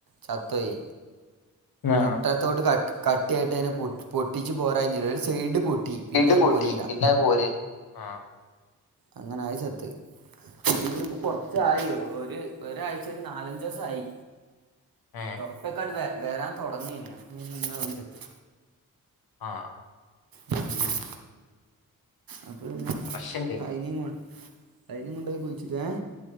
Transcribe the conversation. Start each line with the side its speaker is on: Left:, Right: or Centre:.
Right: ചത്തോയി.
Left: ആ
Right: മുട്ടത്തോട് ക കട്ടിയായിട്ട് അയ്ന് പൊട്ടിച്ചു പോരാൻകൈഞ്ഞില്ല. ഒരു സൈഡ് പിന്നെ
Left: ഇട്
Right: അത്
Left: പൊട്ടി
Right: പോരില്ല
Left: പിന്നെ അത്പോര്. ഉം..
Right: അങ്ങനെ അഹ് ചത്ത്. ഇത്പ്പം
Left: ഉം.
Right: കൊറച്ചായോ? ഒരു ഒരായ്ചേല് ഒരു നാലഞ്ചോസായി
Left: ഏ
Right: തൊപ്പക്ക <unintelligible> വരാൻ തോഡങ്ങേനി അപ്പൊപിന്നെ ഇന്നും ഒന്ന് ചത്ത്‌.
Left: ആഹ്,
Right: ഉം. അപ്പൊ പിന്നെ
Left: കറക്ഷൻ്റെ
Right: അയ്നിം. അയ്നിം കൊണ്ടോയി കുയിച്ചിട്ട്. ങേ,